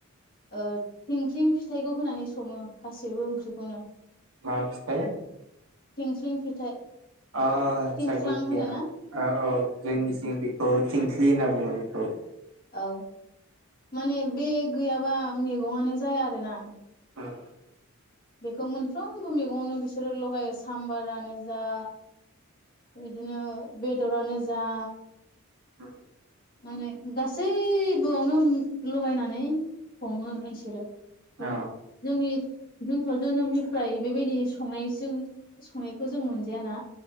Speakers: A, on the left; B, on the right.
A: ओ थिंख्लिं फिथाइखौ होनानै सङो गासैबो ओंख्रिखौनो।
B: मा फिथाइ?
A: थिंख्लिं फिथाइ।
B: अ आदसा
A: थिंख्लां
B: गोखैया
A: होनोना
B: ओ औ जोंनिथिं बेखौ थिंख्लि होनना बुङो बिखौ।
A: औ माने बे गैयाबा मैगङानो जाया आरोना।
B: उम
A: बेखौ मोनफ्रोमबो मैगंआवनो बिसोरो लगायो साम्बारानो जा बिदिनो बेदरानो जा
B: उम
A: माने गासैबोयावनो उम लगायनानै सङो इसोरो। <unintelligible>
B: औ
A: जोंनि जोंथ' जोनोमनिफ्राय बेबायदि संनाय जों संनायखौ जों मोनजायाना